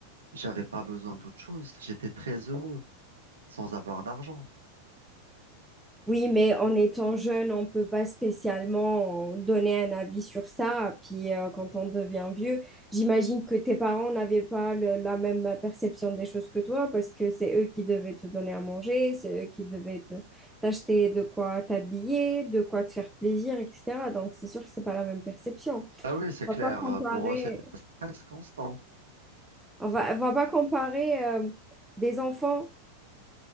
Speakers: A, on the right; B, in the centre.
A: J'avais pas besoin d'autre chose. J'étais très heureux sans avoir d'argent.
B: Oui, mais en étant jeune, on peut pas spécialement euh, donner un avis sur ça. Puis euh, quand on devient vieux, j'imagine que tes parents n'avaient pas le- la même perception des choses que toi parce que c'est eux qui devaient te donner à manger, c'est eux qui devaient te- t'acheter de quoi t'habiller, de quoi te faire plaisir, etc. Donc c'est sûr que c'est pas la même perception.
A: Ah oui, c'est
B: On
A: clair.
B: va pas comparer,
A: euh, Pour eux, c'était un stress constant.
B: on va, on va pas comparer euh, des enfants